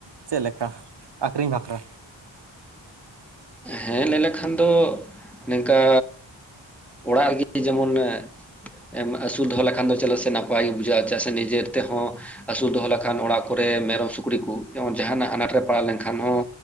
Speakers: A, on the right; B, in the centre.
A: ᱪᱮᱫ ᱞᱮᱠᱟ? ᱟᱹᱠᱷᱨᱤᱧ ᱵᱟᱠᱷᱨᱟ᱾
B: ᱦᱮᱸ ᱞᱟᱹᱭ ᱞᱮᱠᱷᱟᱱ ᱫᱚ ᱱᱚᱝᱠᱟ ᱚᱲᱟᱜ ᱨᱮᱜᱮ᱾ ᱡᱮᱢᱚᱱ ᱮᱢ ᱟᱹᱥᱩᱞ ᱫᱚᱦᱚᱸ ᱞᱮᱠᱷᱟᱱ ᱫᱚ ᱪᱮᱫᱟᱜ ᱥᱮ ᱱᱟᱯᱟᱭ ᱜᱮ ᱵᱩᱡᱷᱟᱹᱜ-ᱟ ᱪᱮᱫᱟᱜ ᱥᱮ ᱱᱤᱡᱮ ᱛᱮᱦᱚᱸ᱾ ᱟᱹᱥᱩᱞ ᱫᱚᱦᱚᱸ ᱞᱮᱠᱷᱟᱱ ᱚᱲᱟᱜ ᱠᱚᱨᱮ ᱢᱮᱨᱚᱢ ᱥᱩᱠᱨᱤ ᱠᱩ ᱡᱮᱢᱚ ᱡᱟᱦᱟᱸᱱᱟᱜ ᱟᱱᱟᱴ ᱨᱮ ᱯᱟᱲᱟᱣ ᱞᱮᱱᱠᱷᱟᱱ ᱦᱚᱸ